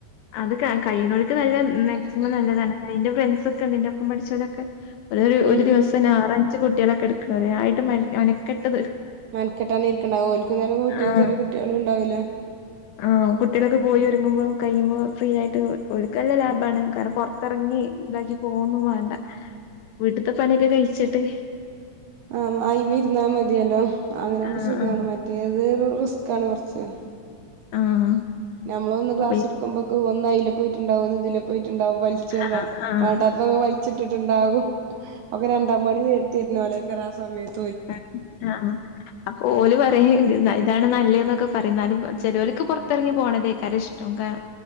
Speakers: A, on the left (about 80°); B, on the right (about 75°).
A: അത്‌ കാ കയ്യ്നോൽക്ക് നല്ല മാക്സിമം നല്ലതാണ് അയിന്റെ ഫ്രണ്ട്സൊക്കെണ്ട് ഇന്റപ്പം പഠിച്ചോലൊക്കെ ഒരൊരു ഒരു
B: ഉം
A: ദിവസം
B: ഉം
A: ഞാറൻ ച് കുട്ട്യേളൊക്കെ ഇട്ക്ക്ണോല് അയിനായിട്ട് മെനകെട്ട്
B: മെൻക്കെട്ടാണ്ട് ഇരിക്കുണ്ടാവു ഓൽക്കിങ്ങനെ വീട്ടില്
A: ആഹ്
B: ചെറ്യേ കുട്ട്യേളും ണ്ടാവൂലെ
A: ആഹ് കുട്ട്യേളൊക്കെ പോയിവരുമ്പളും കൈമ് ഫ്രീയായിട്ട് ഓൽക്കല്ലെ ലാഭാണ് കാരാണം പൊർത്തർങ്ങി ഇതാക്കിപോവൊന്നും വാണ്ട വീട്ട്ത്തെ പണ്യൊക്കഴിച്ചിട്ട്
B: ആ അയിൽമ്മെ ഇരുന്നമതിയാലോ അങ്ങനാണെങ്കി
A: ആഹ്
B: സുഖാണ്
A: ആഹ്
B: മറ്റേത് റിസ്കാണ് കൊറച്ചേ
A: ആഹ്
B: ഞമ്മളൊന്ന് ക്ലാസ്സ്‌ട്ക്കുമ്പക്ക്
A: അപ്പൊ ഈ
B: ഓൽ ന്നായ്ലെ പോയിട്ട്ണ്ടാവും ഒന്ന് തിലെപൊയ്ട്ട് ണ്ടാവും വൽചോണ്ട
A: ആഹ് ആഹ്
B: വാണ്ടതൊക്കെ വൽച്ചിട്ട് കാകു ക്കെ രണ്ടാം പണി തര് തര്നോലോ - തറാസമയത്
A: അ ആഹ് അപ്പൊ ഓല് പറിം ത് താണ് നല്ലേന്നൊക്കെ പറിം ന്നാലും ചെലോൽക്ക് പൊർത്തർങ്ങി പോക്ണതയ്ക്കാരം ഇഷ്ട്ടം കാര്